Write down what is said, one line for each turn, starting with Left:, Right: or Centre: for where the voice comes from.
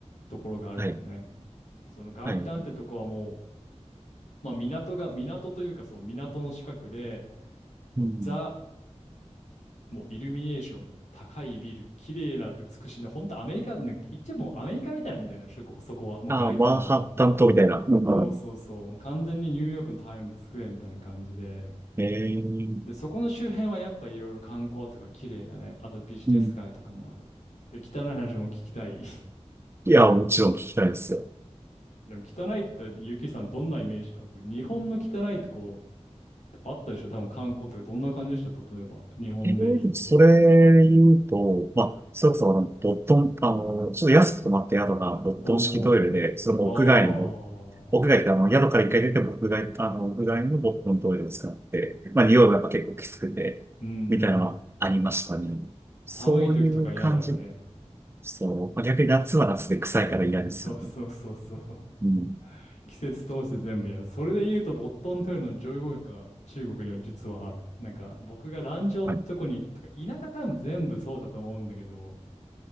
Left: ところがあるのね。
Right: はい。
Left: その外灘ってとこはもう、
Right: はい。
Left: まあ、港が、港というかその港の近くで、もうザ
Right: うん、
Left: もうイルミネーション、高いビル、綺麗な美しいの、本当アメリカ、なんか言っちゃもうアメリカみたいなんだよね、そこ、そこは、もう外観は。
Right: ああ、マンハッタン島みたいな。うん
Left: そうそうそう、もう完全にニューヨークのタイムズスクエアみたいな感じで、
Right: ええ
Left: で、そこの周辺はやっぱいろいろ観光とか綺麗だね。あとビジネス街とかもある。
Right: うん。
Left: で、汚い話も聞きたい。<laughs>
Right: いや、もちろん聞きたいですよ。
Left: でも汚いって、ゆきさんどんなイメージ湧く日本の汚いとこあったでしょ多分観光とかどんな感じでした例えば、日本で行って。
Right: えー、それ言うと、まあ、それこそあの、ボットン、あの、ちょっと安く泊まった宿がボットン式トイレで、
Left: おう
Right: それも屋外の、
Left: おう。
Right: 屋外ってあの、
Left: ああ。
Right: 宿から一回出ても屋外、あの、屋外のボットントイレを使って、まあ、匂いがやっぱ結構きつくて、
Left: うん
Right: みたいなのはありましたね。
Left: 寒い時とか嫌だよね。
Right: そういう感じ。そう。まあ逆に夏は夏で臭いから嫌ですよね。
Left: そうそうそうそう。
Right: うん。
Left: <laughs> 季節通して全部やる。それで言うと、ボットントイレの上位互換が中国には実はある。なんか、僕が蘭州ってとこに、
Right: はい。
Left: とか、田舎多分全部そうだと思うんだけど、